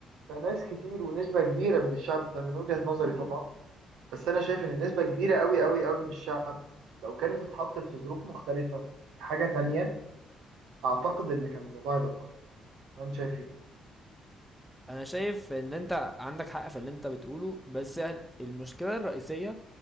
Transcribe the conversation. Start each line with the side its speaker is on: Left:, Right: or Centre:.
Right: فناس كتير ونسبة كبيرة من الشعب ده من وجهة نظري طبعا بس أنا شايف إن نسبة كبيرة أوي أوي أوي من الشعب لو كانت اتحطت في ظروف مختلفة في حاجة تانية أعتقد إن كان الموضوع هيبقى مختلف أنا شايف إيه؟
Centre: انا شايف ان انت عندك حق في اللي انت بتقوله بس هل- المشكله الرئيسيه